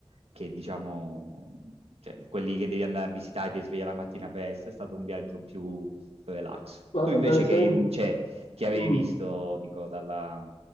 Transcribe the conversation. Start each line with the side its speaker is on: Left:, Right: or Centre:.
Right: che diciamo, cioè, quelli che devi andare a visitare e ti svegli la mattina presto, è stato un viaggio più relax.
Left: Ma
Right: Tu invece
Left: per esempio...
Right: che, cioè, che avevi
Left: Mm.
Right: visto, dico, dalla,